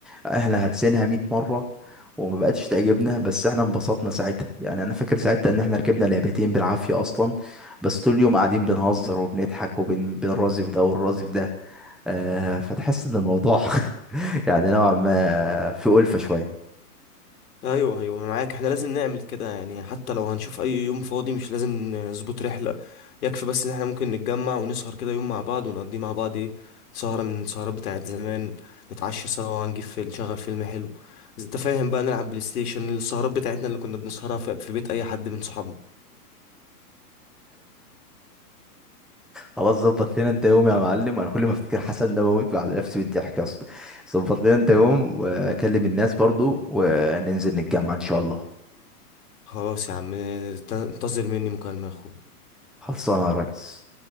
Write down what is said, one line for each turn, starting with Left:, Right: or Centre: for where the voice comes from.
Centre: احنا هرسينها 100 مره وما بقتش تعجبنا بس احنا انبسطنا ساعتها يعني انا فاكر ساعتها ان احنا ركبنا لعبتين بالعافيه اصلا بس طول اليوم قاعدين بنهزر وبنضحك وبنرازف ده والرازف ده آه فتحس ان الموضوع <laughs> يعني نوعا ما في ألفة شويه
Left: ايوه ايوه أنا معاك احنا لازم نعمل كده يعني حتى لو هنشوف اي يوم فاضي مش لازم نظبط رحله يكفي بس ان احنا ممكن نتجمع ونسهر كده يوم مع بعض ونقضي مع بعض ايه سهره من السهرات بتاعت زمان نتعشى سوا ونجيب فيلم نشغل فيلم حلو إذا انت فاهم بقى نلعب بلاي ستيشن السهرات بتاعتنا اللي كنا بنسهرها في في بيت اي حد من صحابنا
Centre: خلاص ظبط لنا انت يوم يا معلم انا كل ما افتكر حسن ده بموت على نفسي بالضحك يا اسطى ظبط لنا انت يوم واكلم الناس برضو وننزل نتجمع ان شاء الله
Left: خلاص يا عم انت- انتظر مني مكالمه يا اخويا
Centre: خلصانه يا ريس